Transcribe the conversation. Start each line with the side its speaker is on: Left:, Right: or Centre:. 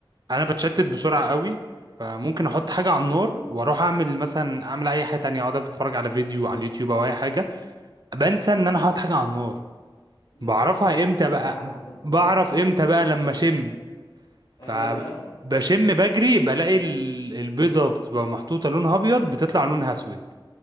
Right: انا بتشتت بسرعه قوي فممكن احط حاجه على النار واروح اعمل مثلا اعمل اي حاجه تانية اقعد اتفرج على فيديو على اليوتيوب او اي حاجه بنسى ان انا حاطط حاجه على النار
Left: بالظبط
Right: بعرفها
Left: هو ده اللي
Right: امتى
Left: حصل
Right: بقى
Left: معايا بالظبط
Right: بعرف
Left: بقى
Right: امتى بقى لما اشم
Left: <laughs> أيوه
Right: فبشم بجري بلاقي ال- البيضة بتبقى محطوطة لونها أبيض بتطلع لونها أسود